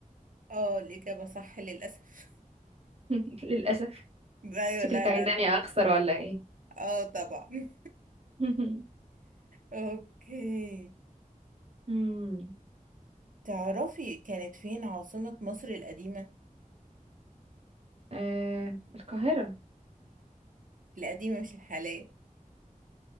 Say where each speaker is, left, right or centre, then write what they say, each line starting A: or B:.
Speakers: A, on the right; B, on the right.
A: اه الاجابة صح للاسف
B: <laughs> للأسف
A: <laughs> ايوه
B: شكلك
A: لا
B: عايزاني
A: لا لا
B: أخسر ولا إيه
A: اه طبعا <laughs>
B: <laughs>
A: اوكي
B: مم.
A: تعرفي كانت فين عاصمة مصر القديمة؟
B: آه القاهرة
A: القديمة مش الحالية